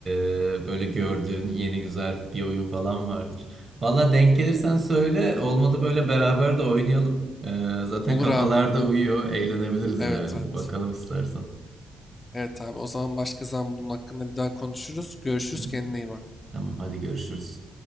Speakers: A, on the right (about 40°); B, on the left (about 30°).
A: e, böyle gördüğün yeni güzel bir oyun falan vardır. Valla denk gelirsen söyle olmadı böyle beraber de oynayalım. Ee, zaten
B: Olur
A: kafalarda
B: abi.
A: uyuyor. Eğlenebiliriz
B: Evet
A: yani.
B: evet.
A: Bir bakalım istersen.
B: Evet abi o zaman başka zaman bunun hakkında bir daha konuşuruz. Görüşürüz
A: Hı?
B: kendine iyi bak.
A: Tamam hadi görüşürüz.